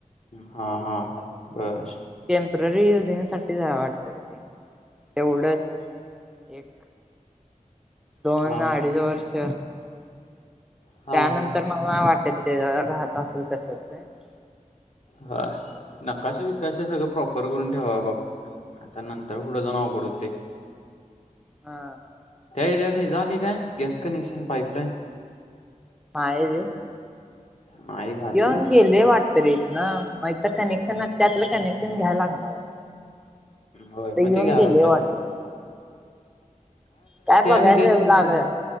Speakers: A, on the left (about 55°); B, in the centre.
A: हा हा बरं.
B: टेम्पररी युजिंग साठीच वाटत रे ते. तेवढंच एक दोन
A: हा हा
B: अडीच वर्ष
A: हा
B: त्यानंतर
A: हा हा
B: मला वाटत ते राहत असेल तसच होय नी.
A: होय नकाश विकश सगळं प्रॉपर करून ठेवा बग. आता नंतर पुढं जाऊन आवगड होते.
B: हा
A: त्या एरियात हेज आलय काय गॅस कनेक्शन पाइपलाइन?
B: नाही रे.
A: नाही झालेलं
B: येऊन गेले वाट तरी हितन नाही तर कनेक्शन त्यातलं कनेक्शन घ्यायला लागणार आता.
A: होय मग
B: तर येऊन
A: ते घ्यावं
B: गेले
A: पाहिजे
B: वाटत
A: कि.
B: काय बगायचं
A: एरियात नाही
B: लाग
A: गेले